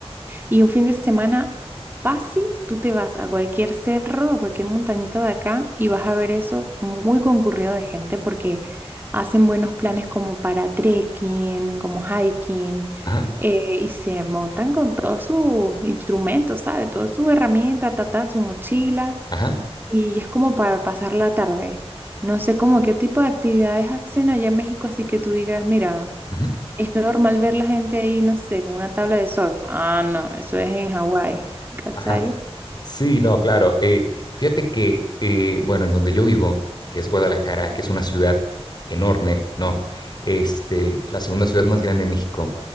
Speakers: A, on the right; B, on the left.
A: y un fin de semana fácil, tú te vas a cualquier cerro, a cualquier montañita de acá y vas a ver eso muy concurrido de gente porque hacen buenos planes como para trekking, como hiking,
B: ajá,
A: eh, y se montan con todos sus instrumentos, ¿sabes? Todas sus herramientas, ta, ta, su mochila.
B: ajá,
A: Y es como para pasar la tarde. No sé cómo qué tipo de actividades hacen allá en México, así que tú digas, mira,
B: ujú,
A: es normal ver la gente ahí, no sé, con una tabla de surf. Ah, no, eso es en Hawái, <laughs> ¿cachai?
B: ajá. Sí, no, claro. eh, fíjate que, eh, bueno, en donde yo vivo, que es Guadalajara, que es una ciudad enorme, ¿no? Este, la segunda ciudad más grande de México.